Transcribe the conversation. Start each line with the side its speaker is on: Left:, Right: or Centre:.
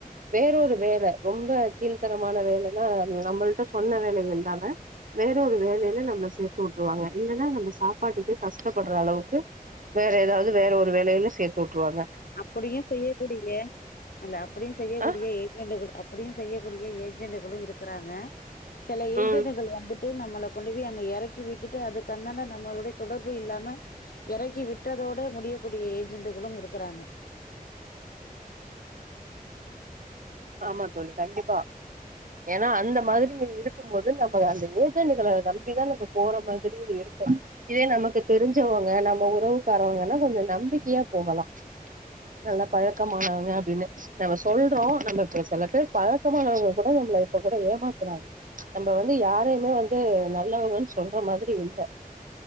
Right: வேறொரு வேல ரொம்ப கீழ்த்தரமான வேலன்னா நம்மள்ட்ட சொன்ன வேலைகள் இல்லாம வேற ஒரு வேலையில நம்ம சேத்து விட்டுருவாங்க இல்லன்னா நம்ம சாப்ப சாப்பாட்டுக்கே கஷ்டப்படுற அளவுக்கு வேற ஏதாவது வேற ஒரு வேலயில சேத்து விட்டுருவாங்க
Left: அப்படியு செய்யக்கூடிய இல்ல அந்த அப்படியு செய்யக்கூடிய
Right: ஆ
Left: ஏஜெண்டுகள் அப்படியு செய்யக்கூடிய ஏஜெண்டுகளு இருக்கிறாங்க சில ஏஜெண்டுகள்
Right: ம்
Left: வந்துட்டு நம்மள கொண்டு போய் அங்க எறக்கி விட்டுட்டு அதுக்கு அந்தான நம்மளுடைய தொடர்பு இல்லாம எறக்கி விட்டதோட முடியக்கூடிய ஏஜென்ட்களு இருக்கிறாங்க
Right: ஆமா தோழி கண்டிப்பா ஏன்னா அந்த மாதிரி இருக்கு போது நம்ம அந்த ஏஜெண்டுகளை நம்பிதான் நம்ம போற மாதிரியு இருக்கு இதே நமக்கு தெரிஞ்சவங்க நம்ம உறவுக்காரவங்கன்னா கொஞ்சோ நம்பிக்கையா போகலா நல்லா பழக்கமானவங்க அப்டின்னு நம்ம சொல்றோ நம்ம இப்ப செல பேர் பழக்கமானவங்க கூட நம்மள இப்ப கூட ஏமாத்துறாங்க நம்ம வந்து யாரையுமே வந்து நல்லவங்கன்னு சொல்ற மாதிரி இல்ல